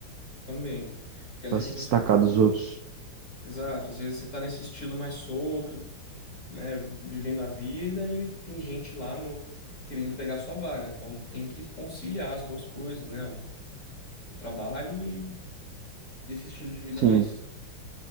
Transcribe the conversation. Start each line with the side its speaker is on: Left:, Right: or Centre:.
Left: também. Porque às
Right: Pra
Left: vezes
Right: se
Left: você.
Right: destacar dos outros.
Left: Exato, às vezes você tá nesse estilo mais solto, né? Vivendo a vida e tem gente lá no querendo pegar sua vaga. Então tem que conciliar as duas coisas, né? O, o trabalho e desse estilo de vida
Right: Sim.
Left: mais